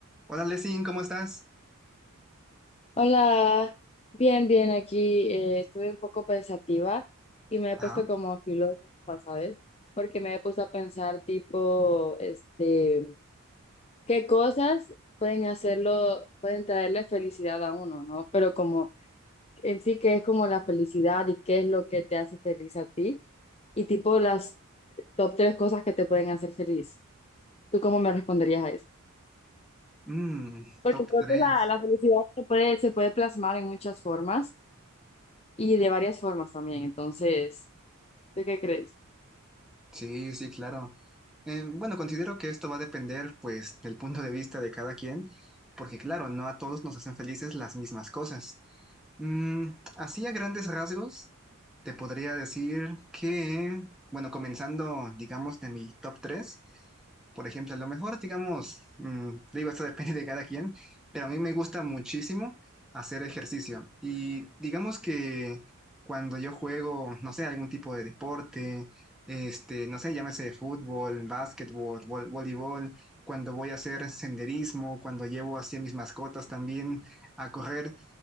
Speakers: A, in the centre; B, on the left.
A: Hola, Lesin, ¿cómo estás?
B: Hola, bien, bien, aquí eh, estuve un poco pensativa y me he puesto
A: Ajá.
B: como filósofa, ¿sabes? Porque me he puesto a pensar tipo, este, qué cosas pueden hacerlo, pueden traerle felicidad a uno, ¿no? Pero como en sí, qué es como la felicidad y qué es lo que te hace feliz a ti y tipo las top tres cosas que te pueden hacer feliz. ¿Tú cómo me responderías a eso?
A: Mm,
B: Porque
A: top
B: creo
A: tres,
B: que la, la felicidad se puede, se puede plasmar en muchas formas. y de varias formas también. Entonces, ¿tú qué crees?
A: Sí, sí, claro. Eh, bueno, considero que esto va a depender, pues, del punto de vista de cada quien, porque, claro, no a todos nos hacen felices las mismas cosas. Mm, así a grandes rasgos, Te podría decir que, bueno, comenzando, digamos, de mi top tres por ejemplo, a lo mejor, digamos, mm, digo, esto <laughs> depende de cada quien, pero a mí me gusta muchísimo hacer ejercicio. Y digamos que cuando yo juego, no sé, algún tipo de deporte, este, no sé, llámese fútbol, básquetbol, vol- voleibol, cuando voy a hacer senderismo, cuando llevo así a mis mascotas también a correr,